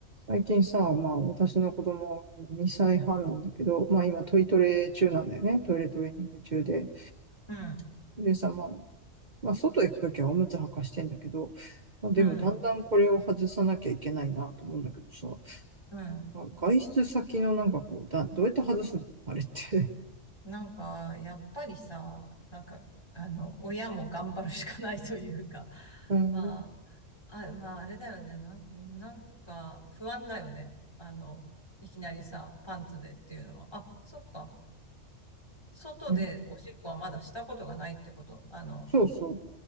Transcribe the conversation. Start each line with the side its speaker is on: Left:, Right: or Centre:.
Right: 最近さ、まあ私の子供2歳半なんだけど、まあ今トイトレ中なんだよね。トイレトレーニング中で。
Left: うん、
Right: でさ、まあ、まあ外行くときはおむつ履かしてんだけど、まあでもだんだんこれを外さなきゃいけないなと思うんだけどさ、
Left: うん、うん。
Right: まあ外出先のなんかこう、だ、どうやって外すのあれって。
Left: なんか、やっぱりさ、なんか、あの、親も頑張るしかないというか、<laughs>
Right: <laughs> うん、
Left: まあ、あ、まあ、あれだよね。なん、なんか、不安だよね。あの、いきなりさ、パンツでっていうのは。あ、そっか。外でおしっこはまだしたことがないってことあの、
Right: うん、そうそ